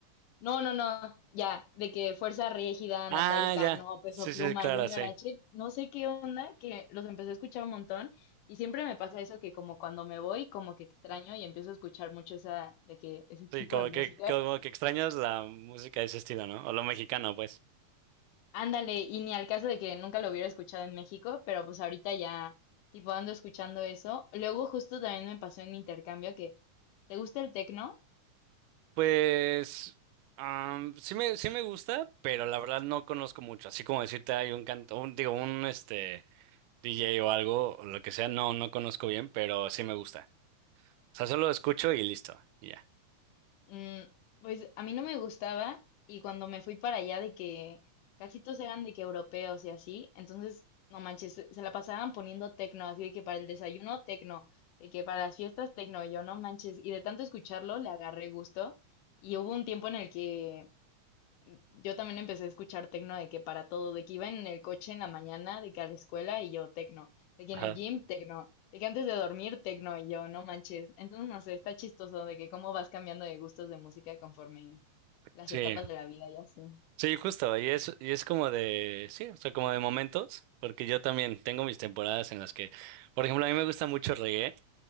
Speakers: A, on the left; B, on the right.
A: no, no, no, ya, de que Fuerza Rígida,
B: Ah,
A: Natal Cano,
B: ya.
A: Peso
B: Sí,
A: Pluma,
B: sí, claro,
A: Junior
B: sí.
A: H, no sé qué onda, que los empecé a escuchar un montón y siempre me pasa eso que como cuando me voy, como que extraño y empiezo a escuchar mucho esa, de que ese tipo
B: Sí, como
A: de música.
B: que, como que extrañas la música de ese estilo, ¿no? O lo mexicano, pues.
A: Ándale, y ni al caso de que nunca lo hubiera escuchado en México, pero pues ahorita ya, tipo, ando escuchando eso. Luego justo también me pasó en mi intercambio que, ¿te gusta el tecno?
B: Pues am, sí me, sí me gusta, pero la verdad no conozco mucho. Así como decirte hay un canto, un- digo, un este. D J o algo, o lo que sea, no, no conozco bien, pero sí me gusta. O sea, solo escucho y listo, y ya.
A: Mm, pues a mí no me gustaba y cuando me fui para allá de que casi todos eran de que europeos y así, entonces, no manches, se, se la pasaban poniendo tecno, así de que para el desayuno tecno, de que para las fiestas tecno, y yo no manches, y de tanto escucharlo le agarré gusto y hubo un tiempo en el que yo también empecé a escuchar tecno de que para todo, de que iba en el coche en la mañana, de que a la escuela y yo tecno, de que
B: Ajá.
A: en el gym tecno, de que antes de dormir tecno y yo, no manches. Entonces, no sé, está chistoso de que cómo vas cambiando de gustos de música conforme las
B: Sí,
A: etapas de la vida y así.
B: sí, justo, y es, y es como de, sí, o sea, como de momentos, porque yo también tengo mis temporadas en las que, por ejemplo, a mí me gusta mucho reggae,